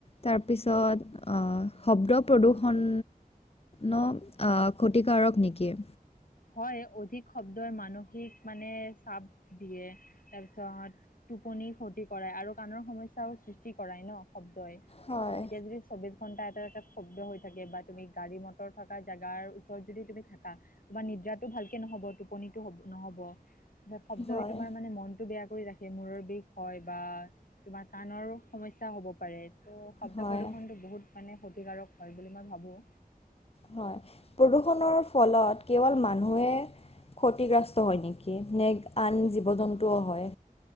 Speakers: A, on the left; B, on the left.
A: তাৰপিছত, অ', শব্দ প্ৰদূষণ ণো অ', ক্ষতিকাৰক নেকি?
B: হয়, অধিক শব্দই মানসিক মানে চাপ দিয়ে। তাৰপিছত, টোপনি ক্ষতি কৰাই আৰু কাণৰ সমস্যাও সৃষ্টি কৰাই ন শব্দই।
A: হয়,
B: এতিয়া যদি চৌবিছ ঘণ্টা এটা জেগাত শব্দ হৈ থাকে বা তুমি গাড়ী মটৰ থকা জেগাৰ ওচৰত যদি তুমি থাকা তোমাৰ নিদ্ৰাটো ভালকে নহ'ব, টোপনিটো হ'ব-নহ'ব, শব্দই
A: হয়,
B: তোমাৰ মানে মনটো বেয়া কৰি ৰাখ খে, মূৰৰ বিষ হয় বা তোমাৰ কাণৰ সমস্যা হ'ব পাৰে। ত' শব্দ
A: হয়,
B: প্ৰদূষণটো বহুত মানে ক্ষতিকাৰক হয় বুলি মই ভাৱোঁ।
A: হয়, প্ৰদূষণৰ ফলত কেৱল মানুহে ক্ষতিগ্ৰস্ত হয় নেকি নে আন জীৱ জন্তুও হয়?